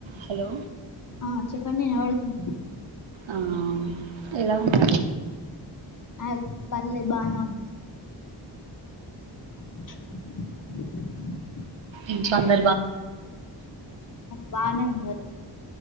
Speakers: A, on the right; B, on the left.
A: హలో
B: ఆ చెప్పండి ఎలా పడుతుంది
A: ఆ ఎలా ఉన్నా
B: ఆ పర్లేదు బానే ఉంది <inaudible>
A: ఇంట్లో అందరూ
B: బానే ఉన్నారు